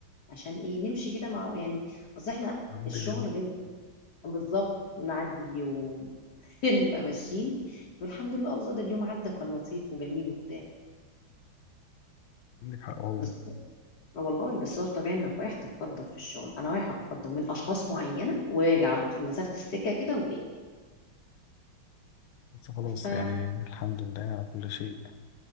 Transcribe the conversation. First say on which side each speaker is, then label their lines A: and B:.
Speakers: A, on the left (about 55°); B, on the left (about 75°).
A: عشان ايه نمشي كده مع يعني اصل احنا
B: نعدي
A: الشغل
B: اليوم
A: غير بالظبط نعدي اليوم <laughs> نبقى ماشيين والحمد لله الله ده اليوم عدى وكان لطيف وجميل وبتاع
B: عندك حق والله
A: بس آه، والله بس هو الطبيعي انك رايح تتقدر في الشغل انا رايحه اتقدر من اشخاص معينه وراجع على طول مسافه السكه كده وجاي
B: بس خلاص
A: ف اه
B: يعني الحمد لله على كل شيء